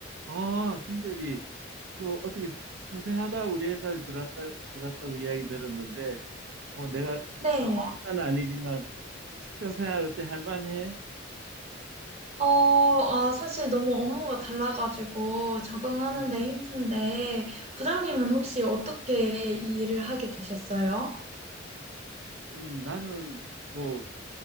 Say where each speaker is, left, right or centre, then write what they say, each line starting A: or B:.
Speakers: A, on the right; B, on the right.
A: 아, 김 대리, 그 어떻게 선- 선생하다 우리 회사에 들어왔다, 들어왔다고 이야기 들었는데, 뭐 내가
B: 네.
A: 다는 아니지만 직장 생활 어때? 할만해?
B: 어, 아, 사실 너무 업무가 달라가지고 적응하는데
A: 음.
B: 힘든데, 부장님은
A: 음.
B: 혹시 어떻게 이 일을 하게 되셨어요?
A: 음, 나는 뭐